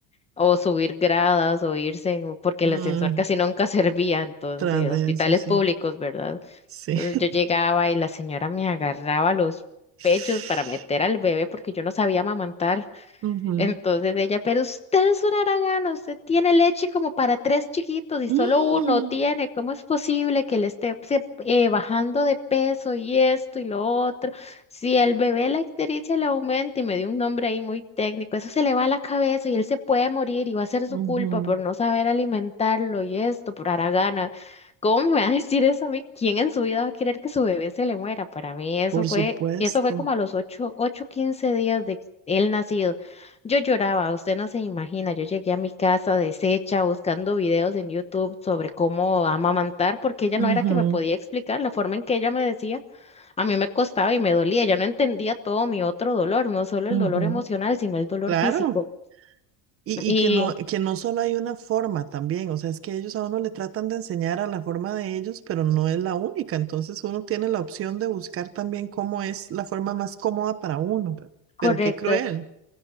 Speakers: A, on the left; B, on the right.
A: o subir gradas o irse, en- porque
B: Mm,
A: el ascensor casi nunca <laughs> servía. Entonces,
B: tras de
A: hospitales
B: eso, sí.
A: públicos, ¿verdad?
B: Sí.
A: Entonces yo llegaba y la señora me agarraba los
B: <laughs>
A: pechos para meter al bebé porque yo no sabía amamantar.
B: Ujú.
A: Entonces ella, pero usted es una haragana, usted tiene leche como para tres chiquitos y
B: Mm,
A: solo uno tiene, ¿cómo es posible que le esté se- eh, bajando de peso y esto y lo otro? Si el bebé la ictericia le aumenta y me dio un nombre ahí muy técnico, eso se le va a la cabeza y él se puede morir y va a ser su
B: ujú.
A: culpa por no saber alimentarlo y esto, por haragana. ¿Cómo me va a decir eso a mí? ¿Quién en su vida va a querer que su bebé se le muera? Para mí eso
B: Por
A: fue,
B: supuesto.
A: eso fue como a los 8, 8, 15 días de él nacido. Yo lloraba, usted no se imagina, yo llegué a mi casa deshecha buscando videos en YouTube sobre cómo amamantar, porque ella no
B: Ujú,
A: era que me podía explicar la forma en que ella me decía, a mí me costaba y me dolía, ella no entendía todo mi otro dolor, no solo
B: ujú.
A: el dolor emocional, sino el dolor
B: Claro,
A: físico.
B: y, y
A: Y
B: que no, que no solo hay una forma también, o sea, es que ellos a uno le tratan de enseñar a la forma de ellos, pero no es la única, entonces uno tiene la opción de buscar también cómo es la forma más cómoda para uno, pe-
A: correcto,
B: pero, qué cruel.